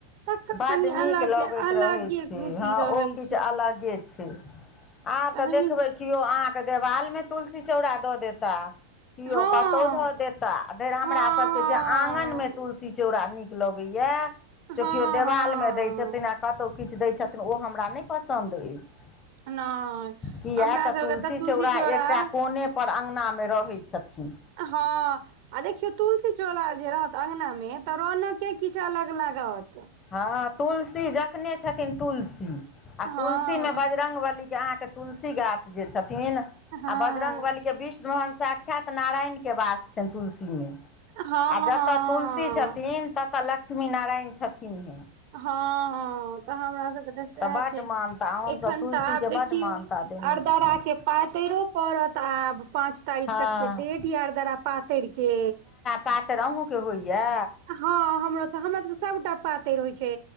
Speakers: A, on the right; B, on the left.
A: तकर
B: बड्ड
A: कनि
B: नीक
A: अलग
B: लगैत
A: अलगे
B: रहै
A: खुशी
B: हँ
A: रहै
B: ओ किछु छै, अलगे छै आब
A: तहमे
B: तऽ देखबै कि कियो अहाँके देवाल मे तुलसी चौड़ा दऽ देता। कियो
A: हँ
B: कतौ धऽ देता फेर हमरा
A: हँ
B: सबके जे आँगन मे तुलसी चौड़ा नीक लगै या
A: हँ
B: त
A: हँ
B: कियो देवालमे
A: हँ
B: दै छ थिन आ कतौ किछ दै छथिन ओ हमरा नै पसन्द एछ।
A: नहि
B: किया
A: हमरा
B: तऽ
A: सबके
B: तुलसी चौड़ा
A: चौरा
B: एकटा कोने पर अँगनामे रहै छथि।
A: हां। आ देखियौ तुलसी चोला जे रहत अंगना मे तऽ रौनके किछ अलग लागत।
B: हां तुलसी जखने छथिन तुलसी आ
A: हँ
B: तुलसी में बजरंगबली के अहाँ के तुलसी गाछ जे छथिन आ
A: हँ हँ
B: बजरंगबली के विष्ण भगवान साक्षात त नारायण के वास छैन तुलसी मे
A: हँ
B: आ जता तुलसी छथिन तता ल लक्ष्मी नारायण छथिन ही।
A: हां-हां। उ त हमरा सबके तऽ साएह
B: बड्ड
A: छै,
B: मानता हमसभ
A: एखन
B: तुलसीके
A: तऽ आब देखियौ
B: बड्ड मानता देने
A: अरदरा
B: छियनि
A: के पातैरो पड़त आब पाँच तारीख
B: हँ
A: तक के डेट या अरदरा पातैर के।
B: पातैर अहूँ के होयया।
A: हां हमरो स हमरा सबके सबटा पातैर होय छै।